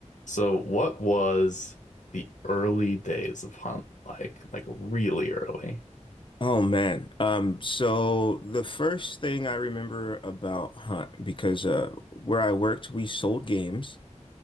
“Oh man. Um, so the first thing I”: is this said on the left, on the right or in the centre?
Left